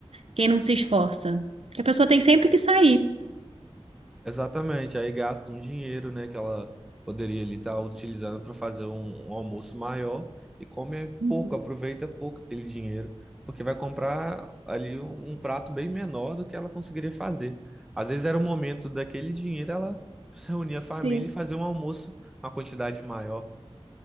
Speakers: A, on the right (about 65°); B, in the centre.
A: quem não se esforça. Que a pessoa tem sempre que sair.
B: Exatamente, aí gasta um dinheiro, né, que ela poderia ali estar utilizando para fazer um, um almoço maior e come
A: Uhum.
B: pouco, aproveita pouco aquele dinheiro, porque vai comprar ali um, um prato bem menor do que ela conseguiria fazer. Às vezes era o momento daquele dinheiro ela se reunir a família
A: Sim.
B: e fazer um almoço, uma quantidade maior.